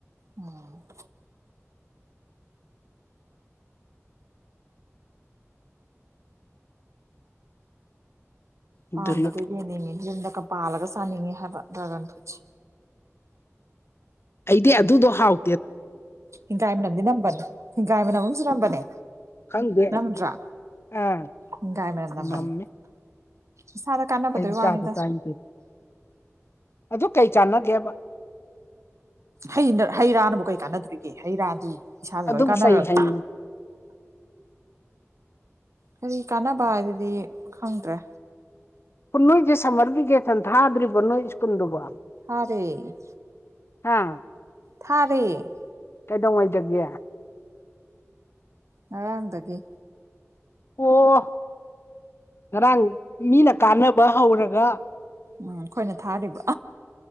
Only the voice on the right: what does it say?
ꯑꯣ
ꯄꯥꯟꯕꯗꯣ ꯌꯦꯡꯅꯤꯡꯉꯦ ꯌꯨꯝꯗꯒ ꯄꯥꯜꯂꯒ ꯆꯥꯅꯤꯡꯉꯦ ꯍꯥꯏꯕ ꯗ꯭ꯔꯥꯒꯟ ꯐ꯭ꯔꯨꯏꯠꯁꯦ
ꯍꯤꯡꯒꯥꯏ ꯃꯅꯝꯗꯤ ꯅꯝꯕꯅꯦ ꯍꯤꯡꯒꯥꯏ ꯃꯅꯝ ꯑꯝꯖꯨ ꯅꯝꯕꯅꯦ
ꯅꯝꯗ꯭ꯔꯥ
ꯍꯤꯡꯒꯥꯏ ꯃꯅꯝ ꯅꯝꯕꯅꯦ
ꯏꯁꯥꯗ ꯀꯥꯟꯅꯕꯗꯨꯏ
ꯋꯥꯅꯤꯗ
ꯍꯩꯅ ꯍꯩ ꯔꯥꯅꯕꯨ ꯀꯩ ꯀꯥꯟꯅꯗꯨꯔꯤꯒꯦ ꯍꯩ ꯔꯥꯗꯤ ꯏꯁꯥꯗ
ꯂꯣꯏ ꯀꯥꯟꯅꯔꯗ꯭ꯔꯣ
ꯀꯔꯤ ꯀꯥꯟꯅꯕ ꯍꯥꯏꯗꯨꯗꯤ ꯈꯪꯗ꯭ꯔꯦ
ꯊꯥꯔꯦ
ꯊꯥꯔꯦ
ꯉꯔꯥꯡꯗꯒꯤ
ꯎꯝ ꯈꯣꯏꯅ ꯊꯥꯔꯤꯕ